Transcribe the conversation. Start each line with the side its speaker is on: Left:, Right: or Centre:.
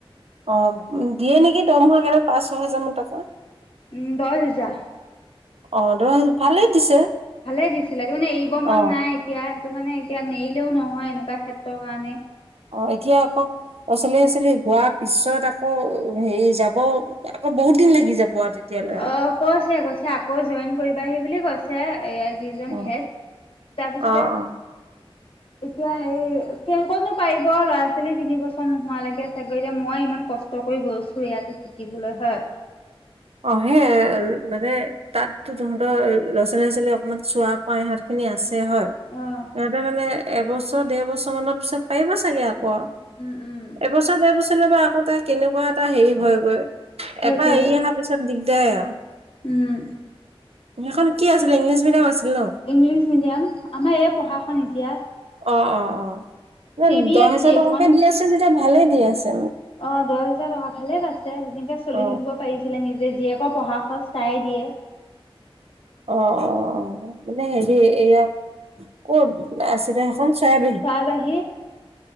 Right: অ' দিয়ে নেকি দৰমহা কেটা। পাঁচ -ছ হোজাৰ মান টকা।
Left: উম। দহ হোজাৰ।
Right: অ <unintelligible> ভালে দিছে।
Left: ভালে দিছিলে। ত' মানে এৰিব মন
Right: অ
Left: নাই এতিয়া। সেইটো কাৰণে এতিয়া নেৰিলেও নহয়, এনেকুৱা ক্ষেত্ৰৰ কাৰণে।
Right: অ এতিয়া আকৌ। অচলি হচলি হোৱা পিছত আকৌ হেৰি যাব আকৌ বহুত দিন লাগি যাব আৰু তেতিয়ালৈ
Left: অ
Right: আৰু
Left: কৈছে কৈছে আকৌ জইন কৰিবাহি বুলি কৈছে
Right: অ
Left: এ তাৰপিছ
Right: অ অ <inaudible>
Left: এতিয়া হেই কেনেকুৱেনো পাৰিব আৰু ল'ৰা ছোৱালী তিন বছৰ নোহোৱা লকে চাগৈ এতিয়া মই ইমান কষ্ট ৈ গৈছো ইয়াতো শিকিবলৈ হয়
Right: <inaudible> অহে মানে তাততো তহঁতৰ ল'ৰা ছোৱালী ছোৱা ছোৱালী অকমান চুৱা কৰা এহঁত খিনি আছে হয়
Left: অ'।
Right: সিহঁতে মানে এবছৰ ডেৰ বছৰ মানৰ পিছত পাৰিবা চাগে ইয়াত কোৱা
Left: উম, উম।
Right: এবছৰ দেৰ বছৰলৈ বা আকৌ তাৰ কেনেকুৱা এটা হেৰি হয় গৈ
Left: সেইটোৱে
Right: এবাৰ এৰি অহাৰ পিছত দিগদাৰ আৰু
Left: উম
Right: সেখন কি আছিল ইংলিছ মিডিয়াম আছিল ন
Left: ইংলিছ মিডিয়াম আমাৰ এই পঢ়া শন এতিয়া
Right: অ অ
Left: চি
Right: অ
Left: বি
Right: দহ
Left: এছ
Right: হেজাৰ
Left: ই
Right: টকাকে
Left: এখন
Right: দি আছে যেতিয়া ভালে দি আছে
Left: অ দহ হোজাৰ টকা ভালে পাইছে তেনেকে চলি
Right: অ অ
Left: থাকিব পাৰিছিলে নিজে জীয়েক পঢ়া খচ তাইএ দিয়ে
Right: অ অ অ মানে হেৰি এইয়া কত আছিলে সেইখন চৰাইবাহী
Left: তাৰ বাহি